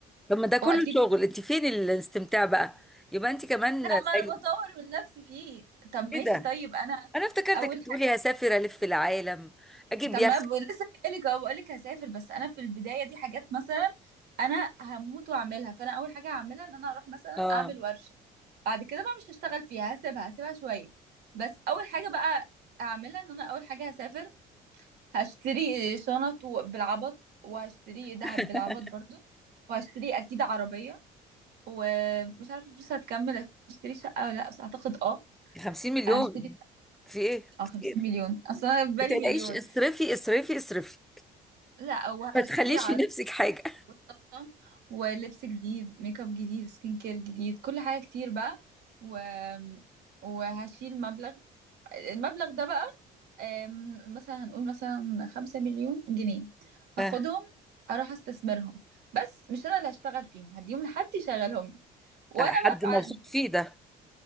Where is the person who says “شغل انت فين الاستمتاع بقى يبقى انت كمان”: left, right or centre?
Centre